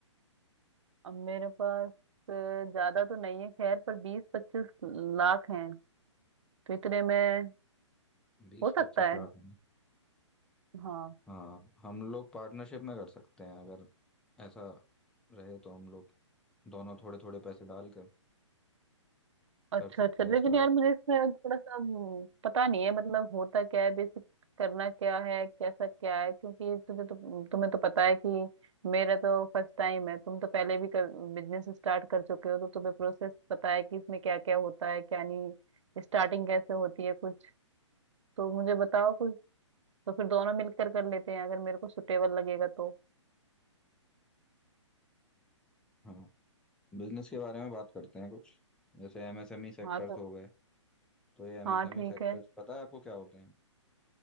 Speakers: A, on the right; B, in the centre.
A: अब मेरे पास अ, ज्यादा तो नहीं है खैर पर बीस पच्चीस लाख हैं तो इतने में
B: बीस
A: हो
B: पच्चीस
A: सकता है
B: लाख
A: हाँ
B: हाँ हम लोग पार्टनरशिप में कर सकते हैं अगर ऐसा रहे तो हम लोग दोनों थोड़े थोड़े पैसे डाल कर
A: अच्छा
B: कर सकते
A: अच्छा लेकिन
B: हैं स्टार्ट
A: यार मुझे इसमें थोड़ा सा हम्म, पता नहीं है मतलब होता क्या है बेसिक करना क्या है कैसा क्या है क्योंकि तुझे तो तुम्हें तो पता है कि मेरा तो फर्स्ट टाइम है तुम तो पहले भी कर, बिजनेस स्टार्ट कर चुके हो तो तुम्हें प्रोसेस पता है कि इसमें क्या क्या होता है क्या नहीं स्टार्टिंग कैसे होती है कुछ तो मुझे बताओ कुछ तो फिर दोनों मिलकर कर लेते हैं अगर मेरे को सुटेबल लगेगा तो
B: हाँ बिजनेस के बारे में बात करते हैं कुछ जैसे एमएसएमई सेक्टर्स
A: हाँ तो
B: हो गए तो ये एमएसएमई
A: हाँ ठीक
B: सेक्टर्स
A: है
B: पता है आपको क्या होते हैं